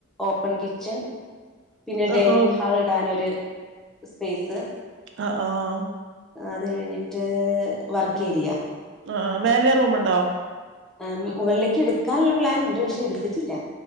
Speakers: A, in the centre; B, on the right.
A: ഓപ്പൺ കിച്ചൺ പിന്നെ
B: ആ
A: ഡെനിങ്
B: ഓ
A: ഹാള് ഇടാനൊര് സ്പേസ്
B: അഹ് ആഹ്
A: അത് കഴിഞ്ഞിട്ട് വർക്കേരിയ
B: അഹ് ആഹ് മേലെ റൂമോണ്ടോ
A: ആഹ് ഉം മുകളിലെക്ക് എടുക്കാൻള്ള പ്ലാന്ണ്ട് പക്ഷെ എടുത്തിട്ടില്ല